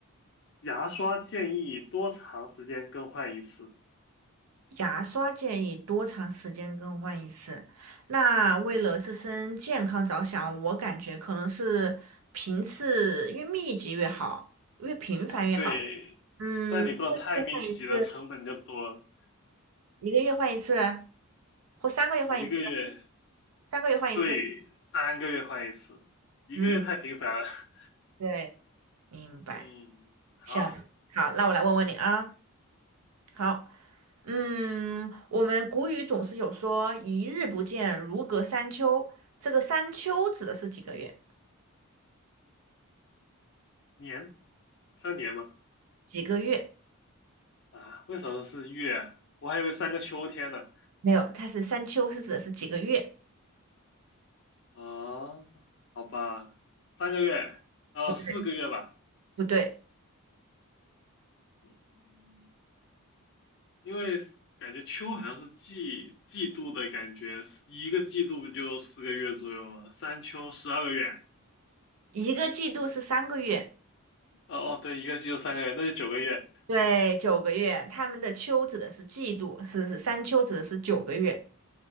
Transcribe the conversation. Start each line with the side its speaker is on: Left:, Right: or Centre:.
Left: 牙刷建议多长时间更换一次？
Right: 牙刷建议多长时间更换一次？那为了自身健康着想，我感觉可能是频次越密集越好，越频繁越好。
Left: 对，
Right: 嗯，
Left: 但你不能太密集了，
Right: 一个月换一次，
Left: 成本就多了
Right: 一个月换一次，或三个月换一次，
Left: 一个月，
Right: 三个月换一次。
Left: 对，三个月换一次，一个月太频繁了。
Right: 嗯，
Left: <laughs>
Right: 对，明白。
Left: 嗯，
Right: 行，
Left: 好。
Right: 好，那我来问问你啊。好，嗯，我们古语总是有说“一日不见，如隔三秋”，这个“三秋”指的是几个月？
Left: 年。三年吗？
Right: 几个月？
Left: 啊，为什么是月啊？我还以为三个秋天呢。
Right: 没有，它是“三秋”是指的是几个月？
Left: 啊，好吧，三个月，哦，
Right: 不对，
Left: 四个月吧。
Right: 不对，
Left: 嗯，因为是感觉秋好像是季季度的感觉，一个季度不就四个月左右吗？三秋十二个月。
Right: 一个季度是三个月，
Left: 哦哦，对，一个季度三个月，那就九个月。
Right: 对，九个月。他们的“秋”指的是季度，是是“三秋”指的是九个月。